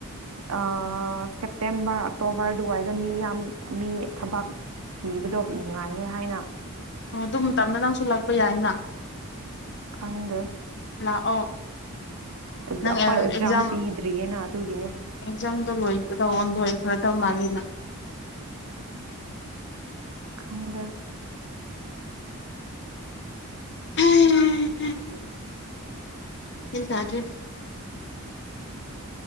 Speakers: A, on the right (about 85°); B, on the left (about 50°).
A: ꯎꯝ ꯁꯦꯞꯇꯦꯝꯕꯔ ꯑꯣꯛꯇꯣꯕꯔ ꯑꯗꯨꯋꯥꯏꯗ ꯃꯤ ꯌꯥꯝ ꯃꯤ ꯊꯕꯛ ꯊꯤꯕꯗꯣ ꯅꯨꯡꯉꯥꯏꯌꯦ ꯍꯥꯏꯅ
B: ꯑꯣ ꯑꯗꯨ ꯃꯇꯝꯗ ꯅꯪꯁꯨ ꯂꯥꯛꯄ ꯌꯥꯏꯅ
A: ꯈꯪꯗꯦ
B: ꯂꯥꯛꯑꯣ
A: ꯑꯩꯈꯣꯏ
B: ꯅꯪ ꯑꯦꯛꯖꯥꯝ
A: ꯄꯤꯗ꯭ꯔꯤꯌꯦꯅ ꯑꯗꯨꯒꯤꯅꯦ
B: ꯑꯦꯛꯖꯥꯝꯗꯣ ꯂꯣꯏ ꯇꯧꯗꯣꯏ ꯈꯔ ꯇꯧ ꯃꯥꯜꯜꯂꯤ ꯑ
A: ꯈꯟꯗꯦ
B: ꯎꯝ ꯏꯇꯑ꯭ꯔꯦ